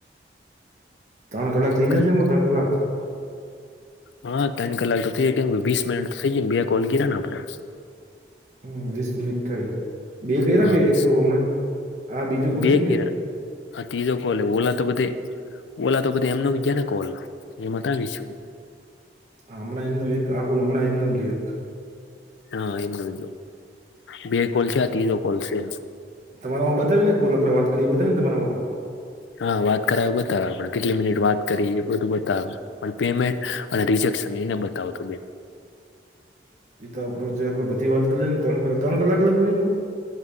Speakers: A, on the right; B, on the left.
A: ત્રણ કલાક થઇ
B: કાંઈ
A: જાયશે એમાં ત્રણ કલાક?
B: હા ત્રન કલાક તો થઈ ગયા કેમ કે વીસ મિનિટ થઇ જાય ને બે કોલ કર્યા ને આપડે.
A: હમ વીસ મિનિટ થઈ બે કઈ રાખે
B: હા વીસ
A: એક તો હમણાં. આ બીજો કોલ
B: બે
A: છે કે
B: કરાય આ ત્રીજો કોલે ઓલા તો બધે ઓલા તો બધી એમને એમ ગયા ને કોલ એ મતાવીશું.
A: હમણાં એમ એક આખું હમણાં એમ એક ગયા.
B: હા એમનું બે કોલ થયા આ ત્રીજો કોલ છે.
A: તમારામાં બતાવી ને કોુલ આપણે વાત કરી બતાવી ને તમારામાં પણ.
B: હા વાત કરાવું બતાવે આપડે કેટલી મિનિટ વાત કરી એ બધું બતાવે. પણ પેમેન્ટ અને રિજેક્શન એને બતાવ તો બેન.
A: એ તો આપ રોજે આપડે બધી વાત કરીએ ને ત્રણ કલાક લગી હોય એમાં.